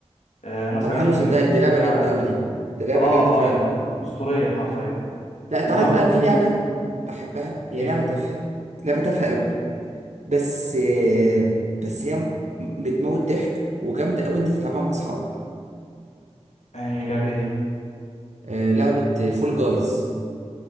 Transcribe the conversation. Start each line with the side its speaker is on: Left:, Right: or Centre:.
Left: آه مثلا
Right: طب حلو
Left: ممكن
Right: صدقني
Left: بسكينه
Right: دي لعبه جامده
Left: اه
Right: قوي دي دي لعبه
Left: اه
Right: جامده فعلا
Left: يعني الاسطوريه حرفيا
Right: لا تعرف
Left: وبرضه
Right: بقى في لعبه بحبها هي
Left: ايه
Right: لعبه تافهه لعبه تافهه قوي بس بس هي بتموت ضحك وجامده قوي انت تلعبها مع اصحابك
Left: يعني اللعبه إيه دي
Right: آه، لعبة فول جايز